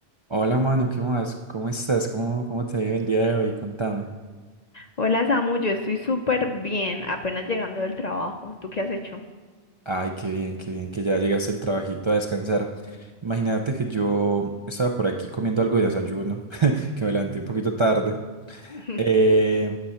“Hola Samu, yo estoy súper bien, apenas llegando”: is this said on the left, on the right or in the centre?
Left